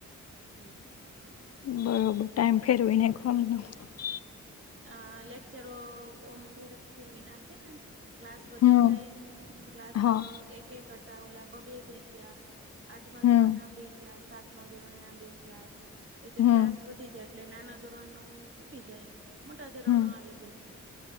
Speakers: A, on the right; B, on the left.
A: હમ્મ અ
B: બરોબર. ટાઈમ ફેરવીને <unintelligible>
A: અ લેક્ચરો ઓમ ફેરવી નાખે ને ક્લાસ વધી
B: હમ
A: જાય, ક્લાસ
B: હા
A: એક-એક ઓલા બે-બે થઈ ગયા. આઠમા
B: હમ
A: ધોરણ ના બે ક્લાસ, સાતમા ધોરણ ના બે ક્લાસ એ
B: હમ
A: યક્લાસ વધી જાય એ એટલે નાના ધોરણનું છુ ટી જાય. મોટા ધોરણનું
B: હમ
A: આવી જાય.